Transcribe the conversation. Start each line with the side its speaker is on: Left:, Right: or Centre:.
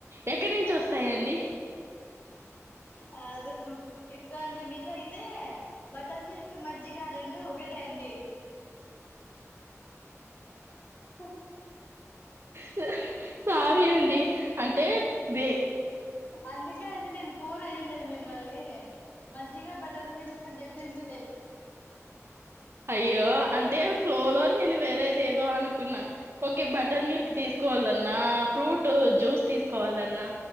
Right: ఎట్ ఎక్కడి నుంచి వస్తాయండి
Left: కాదు ఇదిగో అండి మీలో ఇదే బటర్ మిల్క్ మజ్జిగ రెండు ఒకటే అండి ఉ
Right: <inaudible> అండి అంటే దే
Left: అందుకే అండి నేను పూర్ మిమ్మల్ని మజ్జగా బటర్ మిల్క్ డిఫ్రెంటే
Right: అయ్యో అంటే ఫ్లో లో నేను వేరేది ఎదో అనుకున్నాను ఓకే బటర్ మిల్క్ తీసుకోవాలన్నా ఫ్రూట్ జ్యూస్ తీసుకోవాలన్నా